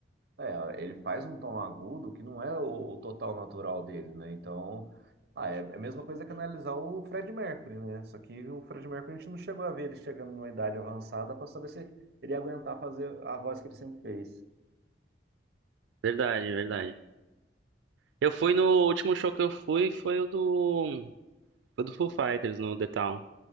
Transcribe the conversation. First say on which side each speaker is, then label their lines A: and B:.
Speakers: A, on the right (about 55°); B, on the right (about 85°).
A: É, ele faz um tom agudo que não é o, o total natural dele, né? Então, ah, é, é a mesma coisa que analisar o Fred Mercury, né? Só que o Fred Mercury a gente não chegou a ver ele chegando numa idade avançada para saber se ele ia aguentar fazer a voz que ele sempre fez.
B: Verdade, verdade. Eu fui no o último show que eu fui, foi o do. Foi do Foo Fighters no The Town.